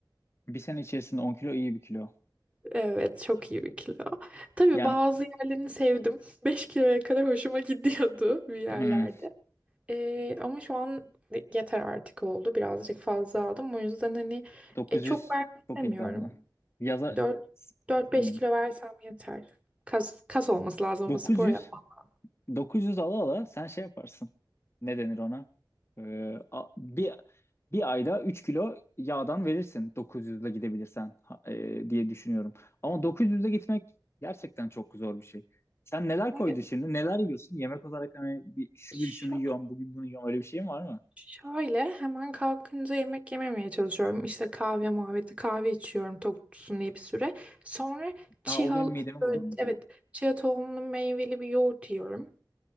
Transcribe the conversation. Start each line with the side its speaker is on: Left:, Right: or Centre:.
Left: Bir sene içerisinde 10 kilo iyi bir kilo.
Right: Evet, çok iyi bir kilo. Tabii
Left: Yani
Right: bazı yerlerini sevdim. <laughs> 5 kiloya kadar hoşuma gidiyordu bir yerlerde.
Left: hmm.
Right: Ee, ama şu an yeter artık oldu. Birazcık fazla aldım. O yüzden hani
Left: 900
Right: e, çok vermek istemiyorum.
Left: çok iddialı. Yaza
Right: Dört dört beş
Left: Hı.
Right: kilo versem yeter. Kas, kas olması lazım ama
Left: 900
Right: spor yapmak.
Left: 900 ala ala sen şey yaparsın. Ne denir ona? Ee, a- bir bir ayda 3 kilo yağdan verirsin 900 ile gidebilirsen ha- e, diye düşünüyorum. Ama 900 ile gitmek gerçekten çok zor bir şey. Sen neler
Right: Evet.
Left: koydun şimdi? Neler yiyorsun? Yemek olarak hani bir, şu gün
Right: Şu,
Left: şunu yiyorum, bugün bunu yiyorum. Öyle bir şeyin var mı?
Right: Şöyle hemen kalkınca yemek yememeye çalışıyorum. İşte kahve muhabbeti kahve içiyorum tok tutsun diye bir süre. Sonra
Left: Ha,
Right: chia,
Left: o benim midemi
Right: böyle-
Left: bulandırıyor.
Right: evet, chia tohumlu meyveli bir yoğurt yiyorum.